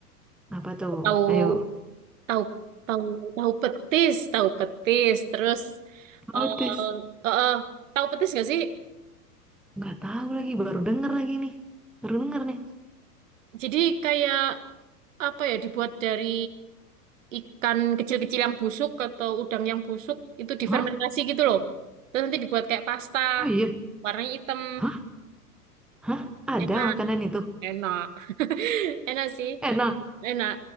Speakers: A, in the centre; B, on the right (about 55°).
A: Apa tuh?
B: tahu
A: Ayo.
B: tahu tahu tahu petis tahu petis terus eh
A: Notice.
B: eh, eh, tahu petis nggak sih
A: Nggak tahu lagi, baru denger lagi nih. Baru denger nih.
B: jadi kayak apa ya dibuat dari ikan kecil-kecil yang busuk atau udang yang busuk itu difermentasi
A: Hah?
B: gitu loh terus nanti dibuat kayak pasta
A: Oh iya.
B: warnanya hitam
A: Hah? Hah? Ada
B: enak
A: makanan itu.
B: enak <laughs> enak sih
A: Enak.
B: enak